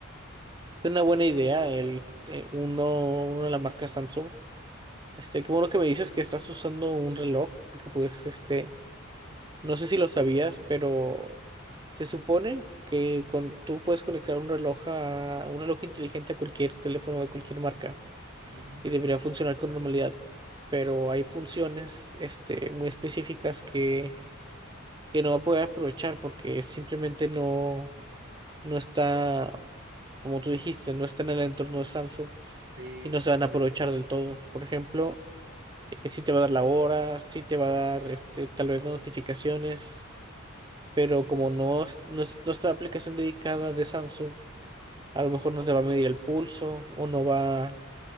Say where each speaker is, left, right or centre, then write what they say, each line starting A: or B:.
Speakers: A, on the right (about 20°); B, on the right (about 60°).
A: Es una buena idea el eh, uno, uno de la marca Samsung. Este, qué bueno que me dices que estás usando un reloj, porque pues este No sé si lo sabías, pero se supone que cuando tú puedes conectar un reloj a un reloj inteligente a cualquier teléfono de cualquier marca
B: Ujú.
A: y debería funcionar con normalidad, pero hay funciones este, muy específicas que, que no va a poder aprovechar porque simplemente no, no está, como tú dijiste, no está en el entorno de Samsung
B: Sí,
A: y no se van
B: por,
A: a aprovechar
B: e-
A: del todo. Por ejemplo,
B: ujú.
A: eh, si te va a dar la hora, si te va a dar este, tal vez las notificaciones. pero como no es no es- no está la aplicación dedicada de Samsung, a lo mejor no te va a medir el pulso o no va